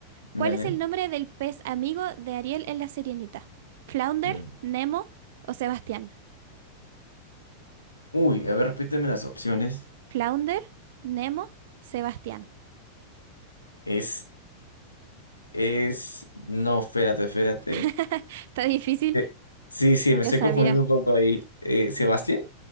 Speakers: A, on the left (about 80°); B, on the right (about 55°).
A: Dale.
B: ¿Cuál es el nombre del pez amigo de Ariel en La Sirenita? ¿Flounder,
A: Mm.
B: Nemo o Sebastián?
A: Uy, a ver, repíteme las opciones.
B: ¿Flounder, Nemo, Sebastián?
A: Es, es, no, espérate, espérate.
B: <laughs> Está difícil,
A: Eh, Sí, sí, me
B: yo
A: estoy
B: sabía.
A: confundiendo un poco ahí. Eh, ¿Sebastián?